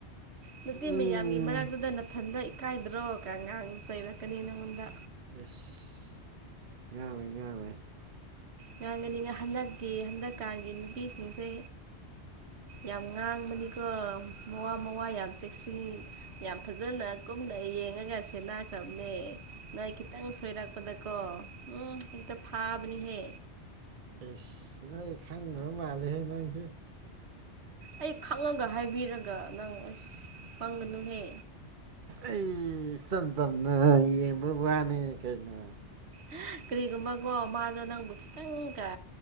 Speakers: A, on the right; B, on the right.
A: ꯅꯨꯄꯤ
B: ꯎꯝ
A: ꯃꯌꯥꯝꯒꯤ ꯃꯔꯛꯇꯨꯗ ꯅꯥꯊꯟꯗ ꯀꯥꯏꯗ꯭ꯔꯣ ꯀꯒꯥꯡ ꯆꯩꯔꯛꯀꯅꯤ ꯅꯪꯉꯣꯟꯗ
B: ꯑꯦꯁ ꯉꯥꯡꯦ ꯉꯥꯡꯦ
A: ꯉꯥꯡꯒꯅꯤꯅ ꯍꯟꯗꯛꯀꯤ ꯍꯟꯗꯛꯀꯥꯟꯒꯤ ꯅꯨꯄꯤꯁꯤꯡꯁꯦ ꯌꯥꯝ ꯉꯥꯡꯕꯅꯤꯀꯣ ꯃꯋꯥ ꯃꯋꯥ ꯌꯥꯝ ꯆꯦꯛꯁꯤꯟ ꯌꯥꯝ ꯐꯖꯅ ꯁꯝꯅ ꯌꯦꯡꯉꯒꯁꯦ ꯂꯥꯛꯈ꯭ꯔꯕꯅꯦ ꯅꯣꯏ ꯈꯤꯇꯪ ꯁꯣꯏꯔꯛꯄꯗꯀꯣ ꯎꯝ ꯐꯥꯕꯅꯤ ꯍꯦ
B: ꯑꯩꯁ ꯅꯣꯏ ꯈꯪꯈ꯭ꯔ ꯃꯥꯜꯂꯦꯍ ꯅꯪꯁꯨ
A: ꯑꯩ ꯈꯪꯉꯒ ꯍꯥꯏꯕꯤꯔꯒ ꯅꯪ ꯑꯁ ꯄꯪꯒꯅꯨꯍꯦ
B: ꯑꯩ ꯆ ꯆꯝ ꯅ ꯕꯕꯥꯅꯤ ꯀꯩꯅꯅ
A: ꯍꯥ ꯀꯔꯤꯒꯨꯝꯕꯀꯣ ꯃꯥꯗꯣ ꯅꯪꯕꯨ ꯈꯤꯇꯪꯒ